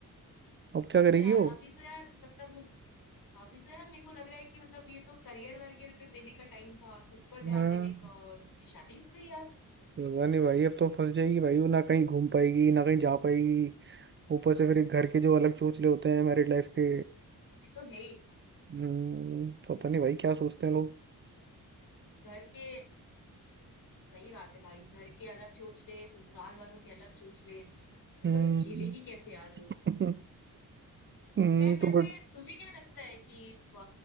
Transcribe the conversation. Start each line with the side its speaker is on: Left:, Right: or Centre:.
Right: अब क्या
Left: वही
Right: करेगी
Left: तो यार
Right: वो
Left: अभी तो यार मतलब मुझे अभी तो यार मेरे को लग रहा है कि मतलब ये तो करियर वरियर पे देने का टाइम था खुद पर ध्यान
Right: हाँ
Left: देने का और उसकी शादी हो गई यार
Right: पता नहीं भाई अब तो फंस जाएगी भाई वो ना कहीं घूम पाएगी ना कहीं जा पाएगी ऊपर से फिर घर के जो अलग सोच ले होते हैं मैरिड लाइफ के
Left: ये तो है ही
Right: हम्म, पता नहीं भाई क्या सोचते हैं लोग
Left: घर के सही बात है भाई घर के अलग सोच ले ससुराल वालों के अलग सोच ले ये
Right: हम्म
Left: सब झेलेगी कैसे यार वो
Right: <laughs> हम्म,
Left: खैर
Right: तो
Left: वैसे
Right: बट
Left: तुझे क्या लगता है कि अ,